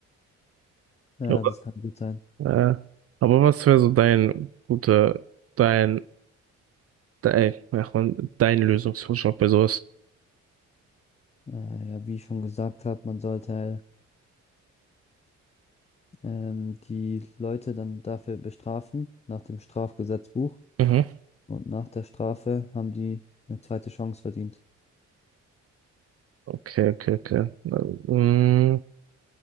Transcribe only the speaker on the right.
Aber,
äh, aber was wäre so dein guter, dein, dein, ach man, dein Lösungsvorschlag bei sowas?
Mhm.
Okay, okay, okay. Na, mm,